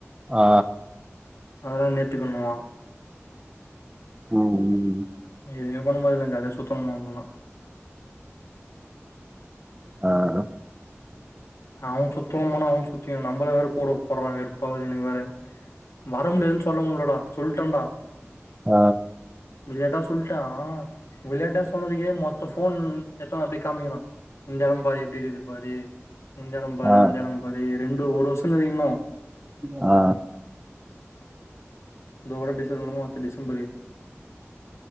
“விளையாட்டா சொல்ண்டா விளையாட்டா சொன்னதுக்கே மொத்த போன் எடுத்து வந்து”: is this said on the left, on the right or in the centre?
Left